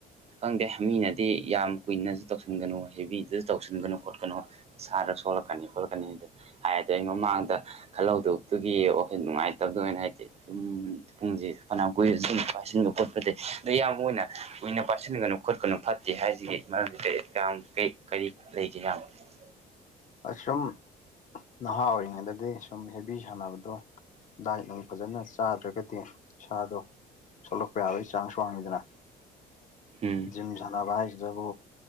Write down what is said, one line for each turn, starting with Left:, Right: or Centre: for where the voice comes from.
Right: ꯈꯪꯗꯦ ꯃꯤꯅꯗꯤ ꯌꯥꯝ ꯀꯨꯏꯅꯁꯨ ꯇꯧꯁꯤꯟꯒꯅꯨ ꯍꯦꯕꯤꯗꯁꯨ ꯇꯧꯁꯤꯟꯒꯅꯨ ꯈꯣꯠꯀꯅꯨ ꯏꯁꯥꯗ ꯁꯣꯂꯛꯀꯅꯤ ꯈꯣꯠꯂꯛꯀꯅꯤꯗꯤ ꯍꯥꯏ ꯑꯗꯩ ꯃꯃꯥꯡꯗ ꯈꯜꯍꯧꯗꯣꯛꯇꯨꯒꯤ ꯋꯥꯈꯣꯏ ꯅꯨꯡꯉꯥꯏꯇꯕꯗꯣꯏꯅ ꯍꯥꯏꯇꯦ ꯑꯗꯨꯝ ꯄꯨꯡꯁꯦ ꯐꯅꯥꯝ ꯀꯨꯏꯔꯖꯨ ꯑꯗꯨꯨꯝ ꯄꯥꯏꯁꯤꯟꯕ ꯈꯣꯠꯄꯁꯦ ꯑꯗ ꯑꯌꯥꯝꯕ ꯑꯣꯏꯅ ꯀꯨꯏꯅ ꯄꯥꯏꯁꯤꯟꯒꯅꯨ ꯈꯣꯠꯀꯅꯨ ꯐꯠꯇꯦ ꯍꯥꯏꯁꯤꯒꯤ ꯃꯔꯝꯁꯤ ꯀꯩ ꯑꯦꯛꯖꯥꯝ ꯀꯔꯤ ꯀꯔꯤ <unintelligible>
Left: ꯑꯁꯨꯝ ꯅꯍꯥ ꯑꯣꯏꯔꯤꯉꯩꯗꯗꯤ ꯁꯨꯝ ꯍꯦꯕꯤ ꯁꯥꯟꯅꯕꯗꯣ ꯗꯥꯏꯠ ꯅꯨꯡ ꯐꯖꯅ ꯆꯥꯗ꯭ꯔꯒꯗꯤ ꯏꯁꯥꯗꯣ ꯁꯣꯂꯛꯄ ꯌꯥꯕꯩ ꯆꯥꯁ ꯋꯥꯡꯉꯤꯗꯅ
Right: ꯎꯝ
Left: ꯖꯤꯝ ꯁꯥꯟꯅꯕ ꯍꯥꯏꯁꯤꯗꯕꯨ